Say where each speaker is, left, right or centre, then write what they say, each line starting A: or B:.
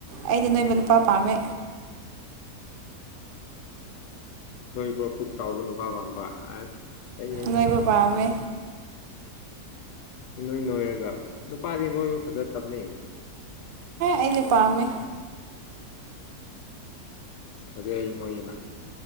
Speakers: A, on the right; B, on the left.
A: ꯑꯩꯗꯤ ꯅꯣꯏꯕ ꯅꯨꯄꯥ ꯄꯥꯝꯃꯦ
B: ꯅꯣꯏꯕꯨ ꯄꯨꯛ ꯆꯥꯎꯕ ꯅꯨꯄꯥ ꯄꯥꯝꯕ ꯑꯁ ꯑꯩ ꯑꯩ
A: ꯅꯣꯏꯕ ꯄꯥꯝꯃꯦ
B: ꯅꯣꯏ ꯅꯣꯏꯔꯒ ꯅꯨꯄꯥꯗꯤ ꯅꯣꯏꯔ ꯐꯖ ꯇꯞꯅꯩ
A: ꯑꯩꯁꯦ ꯄꯥꯝꯃꯦ
B: ꯑꯗꯨꯩ ꯑꯩ ꯅꯣꯏꯒꯤꯅ